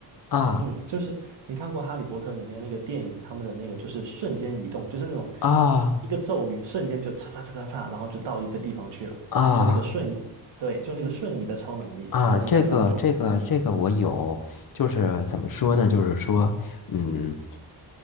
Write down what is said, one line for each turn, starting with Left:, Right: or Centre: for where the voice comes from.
Left: 啊
Right: 嗯，就是你看过《哈利波特》里面那个电影，他们的那个就是瞬间移动，就是那种
Left: 啊
Right: 一个咒语，瞬间就嚓嚓嚓嚓嚓，然后就到一个地方去了，
Left: 啊！
Right: 就那个瞬移，对，就那个瞬移的超能力，
Left: 啊，
Right: 我很想要有。
Left: 这个这个这个我有，就是怎么说呢？就是说，嗯，